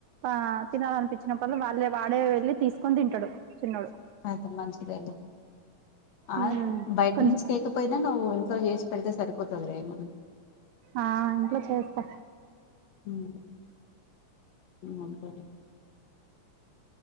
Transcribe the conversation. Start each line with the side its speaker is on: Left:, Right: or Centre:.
Right: ఆ తినాలనిపించినప్పుడల్ల వాళ్ళే వాడే వెళ్లి తీసుకొని తింటాడు చిన్నోడు
Left: ఓకే లే మంచిదే లే ఆ
Right: ఉమ్
Left: బయట
Right: కొంచెం
Left: నుంచి కేకపోయ్ నా నువ్వు ఇంట్లో చేసి పెడితే సరిపోతదిలే ఏం అన్న
Right: ఆ ఇంట్లో చేస్తా
Left: ఉమ్ ఉమ్ అంతేలే